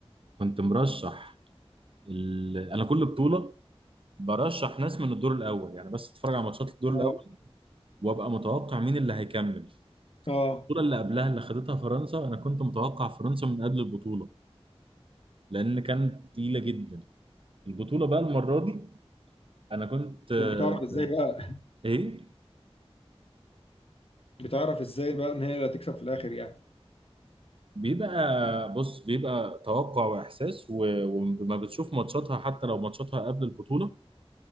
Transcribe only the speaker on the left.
اه
اه
بتعرف ازاي بقى
بتعرف ازاي بقى ان هي اللي هتكسب في الاخر يعني